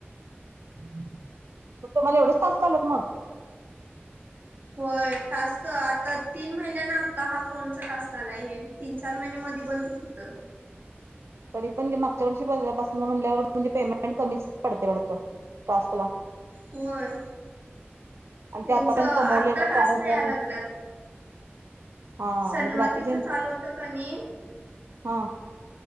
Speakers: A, on the right; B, on the right.
A: मग तुम्हाला एवढेच तास कालात मग
B: हो टास्क आ तीन महिन्या ना आता हा फोन टास्क आला आहे तीन चार महिन आधी बंदच होत.
A: तरी पणे मागच्या वर्षी बोलल्यापासून म्हणल्यावर म्हणजे पेमेंट कमीच पडते पडत. टस्कला.
B: होर.
A: आणि
B: त्यांच
A: ते आतापर्यंत
B: आत्ता
A: कमवलेलं
B: टास्क
A: चार हजार
B: याय लागल्यात.
A: हा
B: सन्मतीच
A: नाही बाकीचे
B: चालू होतं कनी
A: हा